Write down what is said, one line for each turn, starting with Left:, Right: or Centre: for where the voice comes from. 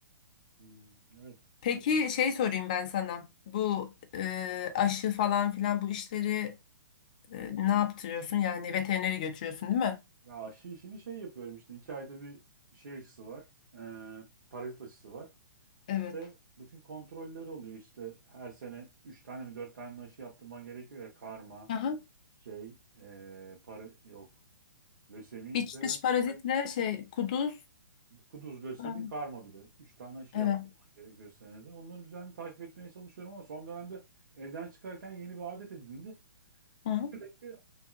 Right: Hmm. Evet.
Left: Peki
Right: Bir onun-
Left: şey sorayım ben sana. Bu e, aşı falan filan bu işleri e, ne yaptırıyorsun? Yani veterineri götürüyorsun değil mi?
Right: Ya aşı işini şey yapıyorum işte. iki ayda bir şey aşısı var. Ee, parazit aşısı var.
Left: Evet.
Right: Ve bütün kontrolleri oluyor işte. Her sene üç tane mi dört tane mi aşı yaptırman gerekiyor ya. Karma,
Left: Aha.
Right: şey, ee, para yok. Lösemi
Left: İç
Right: bir de
Left: dış parazitle şey kuduz.
Right: kuduz lösemi
Left: Aa,
Right: karma bir de. Üç tane aşı
Left: Evet.
Right: yaptırman gerekiyor senede. Onları düzenli takip etmeye çalışıyorum ama son dönemde evden çıkarken yeni bir adet edindi. Sürekli
Left: Hı.